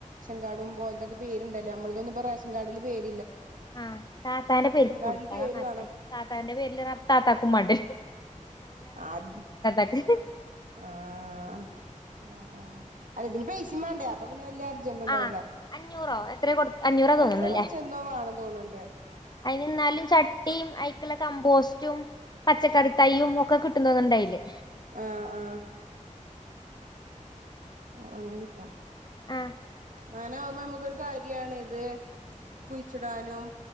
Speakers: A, on the right (about 75°); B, on the left (about 30°).
A: കാർഡും ഓൽതൊക്കെ പേരുണ്ടല്ലേ നമ്മളതൊന്നും ഇപ്പം റേഷൻ കാർഡില് പേരി
B: ആ താത്താന്റെ പേരിൽ
A: കാർഡിൽ
B: കൊടുക്കാം
A: പേര്
B: അതാ
A: വേണം
B: നല്ലെ താത്താന്റെ പേരിലാകുമ്പോ താത്താക്കും വേണ്ട വരും
A: അത്
B: <unintelligible>
A: ആഹ് ആഹ്ആ ആ അല്ല ഇതിന് പൈ സയും വേണ്ടേ അപ്പം പിന്നെ വല്യ അർജന്റ് ഉണ്ടാവൂല്ല
B: ആഹ് അഞ്ഞൂറോ എത്രയോ കൊടു അഞ്ഞൂറാ തോന്നുണുല്ലേ
A: എത്രയോ കൊറച്ച് എന്തോ വേണം തോണണ്ട്
B: അയിനെന്നാലും ചട്ടിയും അയ് കമ്പോസ്റ്റും പച്ചക്കറി തൈയുംഒക്കെ കിട്ടും തോന്നണണ്ട് അയില്
A: ആ ആ അത് അങ്ങനെ കിട്ടും
B: ആ
A: അങ്ങനാവുമ്പോ നമുക്കൊരു കാര്യാണ് ഇത് കുഴിച്ചിടാനും